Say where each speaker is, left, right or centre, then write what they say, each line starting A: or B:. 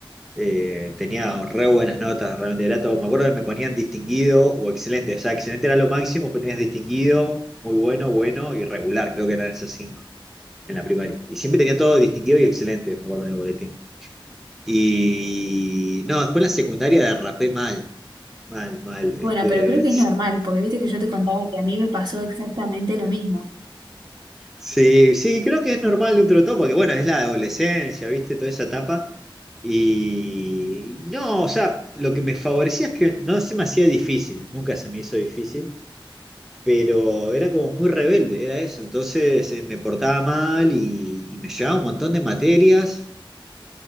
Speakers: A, in the centre; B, on the right.
A: eh, tenía re buenas notas, realmente era todo. Me acuerdo que me ponían distinguido o excelente. O sea, excelente era lo máximo, pues tenías distinguido, muy bueno, bueno y regular, creo que eran esas cinco en la primaria. Y siempre tenía todo distinguido y excelente, me acuerdo en el boletín. Y no, después en la secundaria derrapé mal, mal, mal. Este,
B: Bueno, pero creo que es normal, porque viste que yo te contaba que a mí me pasó exactamente lo mismo.
A: Sí, sí, creo que es normal dentro de todo, porque bueno, es la adolescencia, ¿viste? Toda esa etapa. Y no, o sea, lo que me favorecía es que no se me hacía difícil, nunca se me hizo difícil, pero era como muy rebelde, era eso. Entonces eh, me portaba mal y, y me llevaba un montón de materias